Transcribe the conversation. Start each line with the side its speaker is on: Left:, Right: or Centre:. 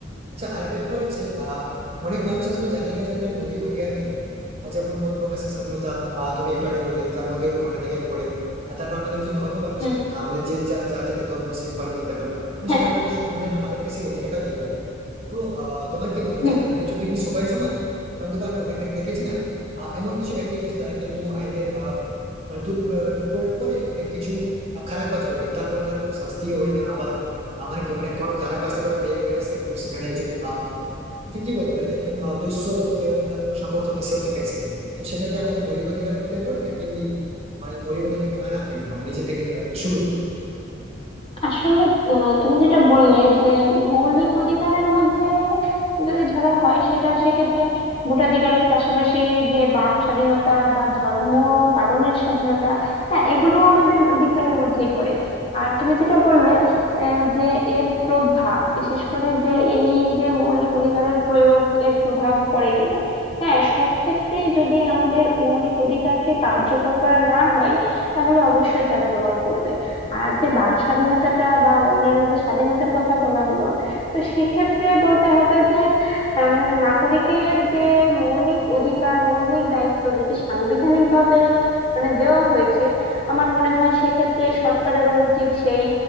Right: আচ্ছা আরেকটা ব্যাপার হচ্ছে আহ অনেক মানুষ আসলে জানে না যে তাদের মৌলিক অধিকার কি কি আহ, যেমন মত প্রকাশের স্বাধীনতা আহ, তুমি একটু আগে বললে তার মধ্যে ভোটাধিকারও পড়ে আর তারপর আমাদের হচ্ছে ধর্ম পালনের
Left: হুম,
Right: স্বাধীনতা আমাদের যে যা যা যেটা ধর্ম সে পালন করতে পারে এবং
Left: হ্যাঁ
Right: সেটা আমাদের সংবিধান আমাদেরকে সেই অধিকারটাও দিয়ে থাকে তো আহ, তোমার কি মনে হয়
Left: হুম।
Right: যে আইনের চোখে কি সবাই সমান কারণ দেখো আমি অনেক ক্ষেত্রে দেখেছি না আহ, এমন কিছু ব্যক্তি রয়েছে যারা কিন্তু আইনের আহ, মানে দুর দুর্প্রয়োগ করে অনেক কিছু আহ, খারাপ কাজ করে কিন্তু তারপরে তার কোনো শাস্তিও হয় না আবার আমার কি অনেক কোনো খারাপ কাজ থেকে ওরা বের হয়ে আসে এবং সেখানে একজন আহ, যে কি বলতে পারি যে একজন আহ, দুঃস্থ লোক যে হয়তো তার কোনো সামর্থ্য নেই সে হয়তো পেয়েছে না। তো সেটা কি আমাদের মৌলিক অধিকারের মধ্যে পড়ে নাকি মানে মৌলিক অধিকারটাকে মানা হয়নি মানে নিজে থেকে যে শুরু
Left: আসলে আহ, তুমি যেটা বললে যে মৌলিক অধিকারের মধ্যে যদি ধরা হয় সেটা সেক্ষেত্রে ভোটাধিকারের পাশাপাশি যে বাক স্বাধীনতা বা ধর্ম পালনের স্বাধীনতা হ্যাঁ এগুলো আমাদের অধিকারের মধ্যেই পড়ে আর তুমি যেটা বললে আহ, যে এর প্রভাব বিশেষ করে যে এই যে মৌলিক অধিকারের প্রয়োগ এর প্রভাব পড়ে কিনা হ্যাঁ সব ক্ষেত্রেই যদি আমাদের মৌলিক অধিকারকে কার্যকর করা না হয় তাহলে অবশ্যই তার প্রভাব পড়বে আর যে বাক স্বাধীনতাটা বা অন্যান্য যে স্বাধীনতার কথা বলা হলো তো সেক্ষেত্রে বলতে হবে যে আহ, মানে নাগরিকের যে মৌলিক অধিকার মৌলিক দায়িত্ব যেটি সাংবিধানিক ভাবে মানে দেওয়া হয়েছে আমার মনে হয় সেক্ষেত্রে সরকারেরও উচিত সেই